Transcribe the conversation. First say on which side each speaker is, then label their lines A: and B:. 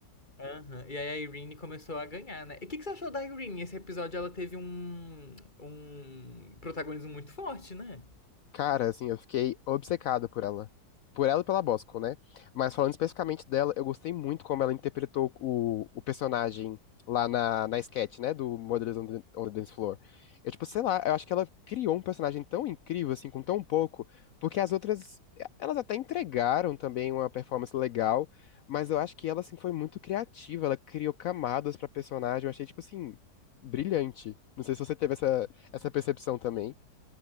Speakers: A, on the left (about 25°); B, on the left (about 65°).
A: Aham. E aí a Irene começou a ganhar, né? E o que, que você achou da Irene? Esse episódio ela teve um, um protagonismo muito forte, né?
B: Cara, assim, eu fiquei obcecado por ela. Por ela e pela Bosco, né? Mas falando especificamente dela, eu gostei muito como ela interpretou o, o personagem lá na, na sketch, né? Do Mothers on the, on the Dance Floor. Eu, tipo, sei lá, eu acho que ela criou um personagem tão incrível, assim, com tão pouco, porque as outras, elas até entregaram também uma performance legal, mas eu acho que ela, assim, foi muito criativa. Ela criou camadas pra personagem. Eu achei, tipo, assim, brilhante. Não sei se você teve essa, essa percepção também.